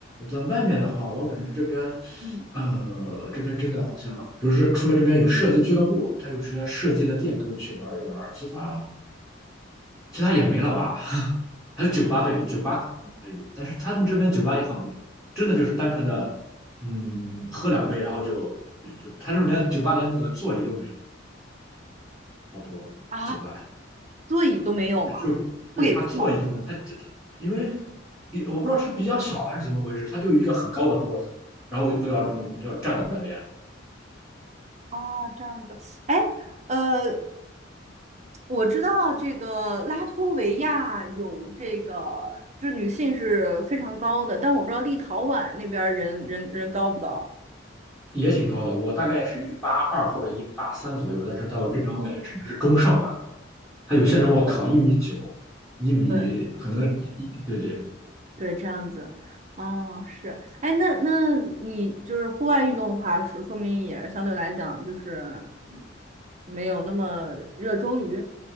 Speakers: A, in the centre; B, on the right.
A: 在外面的话，我感觉这边，
B: 嗯，
A: 呃，这边真的好像，比如说除了这边有射击俱乐部，它有些射击的店可以去玩一玩，其他其他也没了吧？<laughs> 还有酒吧，对，酒吧可能可以，但是他们这边酒吧也很无聊，真的就是单纯的，嗯，喝两杯，然后就就就，他这边连酒吧连那个座椅都没有，好多酒吧，
B: 啊，座椅都没有吗？
A: 对，他就对他座椅都没有，
B: 不给坐
A: 他这个因为比我不知道是比较小还是怎么回事，他就一个很高的桌子，然后都要嗯都要站在那，
B: 啊，这样子。哎，呃，我知道这个拉脱维亚有这个，就是女性是非常高的，但我不知道立陶宛那边儿人人人高不高。
A: 也挺高的，我大概是一八二或者一八三左右，但是到我这边我感觉只能是中上吧。他有些人我靠，一米九，一米可能一对对，
B: 对对，这样子。哦，是，哎，那那你就是户外运动的话，说说明也相对来讲就是没有那么热衷于，